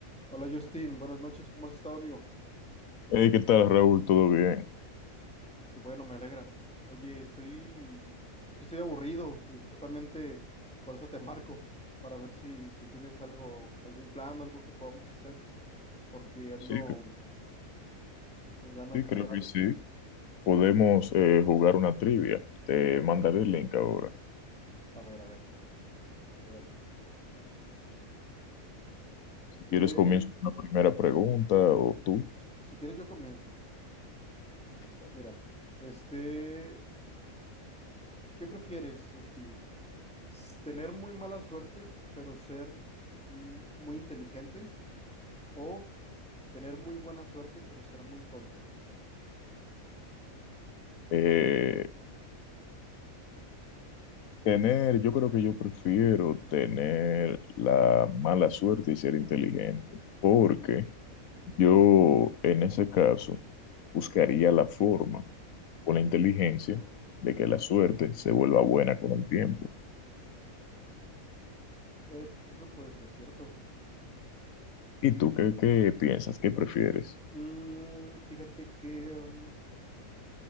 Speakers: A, in the centre; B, on the left.
A: Hola Justin, buenas noches, ¿cómo has estado, amigo?
B: Hey, ¿qué tal, Raúl? ¿Todo bien?
A: Qué bueno, me alegra. Oye, estoy, es que estoy aburrido y justamente por eso te <laughs> marco, para ver si, si tienes algo, algún plan, algo que podamos hacer, porque ando
B: Sí, c-
A: con ganas
B: sí,
A: de
B: creo
A: hacer
B: que
A: algo.
B: sí. Podemos eh, jugar una trivia. Te mandaré el link ahora.
A: A ver, a ver, dale, dale.
B: Si quieres,
A: Eh,
B: comienzo con la primera pregunta o tú.
A: si, si quieres yo comienzo.
B: Está bien.
A: Mira, este, ¿qué prefieres, Justin? S- ¿Tener muy mala suerte, pero ser mm, muy inteligente? O tener muy buena suerte, pero ser muy tonto.
B: Eh, tener, yo creo que yo prefiero tener la mala suerte y ser inteligente, porque yo en ese caso buscaría la forma o la inteligencia de que la suerte se vuelva buena con el tiempo.
A: Eh, eso puede ser cierto.
B: ¿Y tú qué, qué piensas? ¿Qué prefieres?
A: Mm, fíjate que mm,